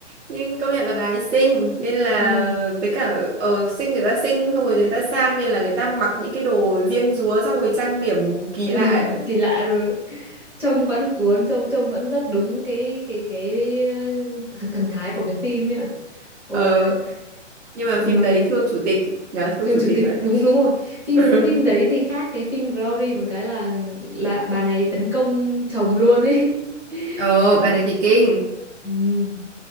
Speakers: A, on the right; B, in the centre.
A: nhưng công nhận là bà ấy xinh nên là
B: <laughs> ừ
A: với cả ở xinh người ta xinh xong rồi người ta sang nên là người ta mặc những cái đồ diêm dúa xong rồi trang điểm kỳ
B: Chắc
A: lạ
B: là
A: ấy.
B: <laughs> kỳ lạ rồi trông vẫn cuốn trông trông vẫn rất đúng cái cái cái, cái thần thái của cái phim ấy ạ ôi
A: ờ nhưng mà
B: mà
A: phim đấy thương chủ tịch nhớ thương
B: Thường
A: chủ
B: chủ
A: tịch
B: tịch
A: đấy
B: đúng đúng rồi phim
A: <laughs>
B: phim đấy thì khác cái phim Glory một cái là là bà này tấn công chồng luôn ấy <laughs>
A: ờ
B: tấn
A: bạn ấy thì kinh
B: ừ.